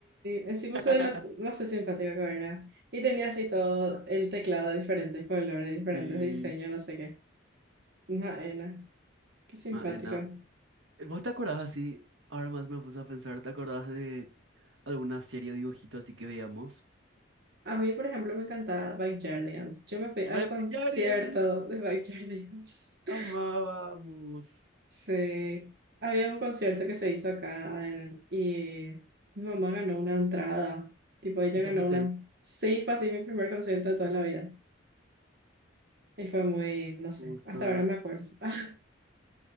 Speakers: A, on the right; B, on the right.
A: encima
B: <laughs>
A: soy la más simpática que era. Y tenía así todo el teclado de diferentes colores, diferentes
B: Sí.
A: diseños, no sé qué. Maena, qué simpática.
B: Maena. ¿Vos te acordás así? Ahora más me puse a pensar, ¿te acordás de alguna serie o dibujito así que veíamos?
A: A mí, por ejemplo, me encantaba Backyardigans. Yo me fui al
B: ¡Ay,
A: concierto
B: Evangelion!
A: de Backyardigans. <laughs>
B: Amábamos.
A: Sí, había un concierto que se hizo acá en- y mi mamá ganó una entrada. Tipo, ella
B: ¿Y te
A: ganó
B: fuiste?
A: una. Sí, fue así mi primer concierto de toda la vida. Y fue muy,
B: Qué
A: no sé,
B: gusto.
A: hasta ahora me acuerdo. <laughs>